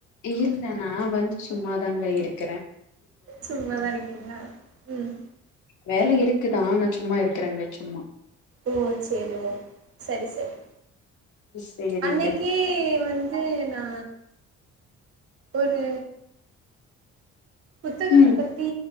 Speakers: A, on the left; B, on the right.
A: இல்ல நா வந்து சும்மாதாங்க இருக்கற
B: சும்மாதா இருக்கீங்களா ம்
A: வேல இருக்குதா ஆனா சும்மா இருக்கறேங்க சும்மா
B: ஓ செரி ஓ சரி சரி
A: சேரிங்க
B: அன்னைக்கி வந் வந்து நா ஒரு புத்தகத்த
A: ம்
B: பத்தி